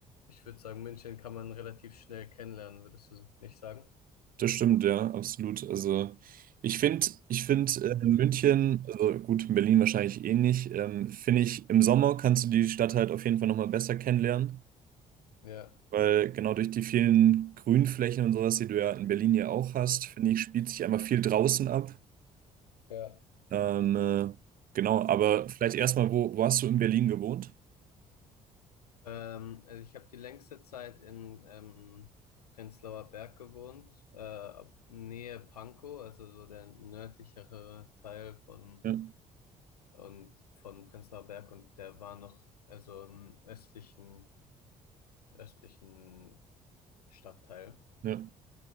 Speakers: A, on the left; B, on the right.
A: Ich würde sagen, München kann man relativ schnell kennenlernen, würdest du nicht sagen?
B: Das stimmt, ja, absolut. Also ich finde, ich finde äh, München,
A: Hm.
B: also gut, Berlin wahrscheinlich ähnlich, ähm, finde ich, im Sommer kannst du die Stadt halt auf jeden Fall nochmal besser kennenlernen,
A: Ja,
B: weil genau durch die vielen Grünflächen und sowas, die du ja in Berlin ja auch hast, finde ich, spielt sich einfach viel draußen ab.
A: ja.
B: Ähm, äh, genau, aber vielleicht erstmal, wo, wo hast du in Berlin gewohnt?
A: Ähm, also ich habe die längste Zeit in ähm, Prenzlauer Berg gewohnt, äh, ab- Nähe Pankow, also so der nördlichere Teil von
B: Ja,
A: und von Prenzlauer Berg und der war noch also im östlichen östlichen Stadtteil.
B: ja,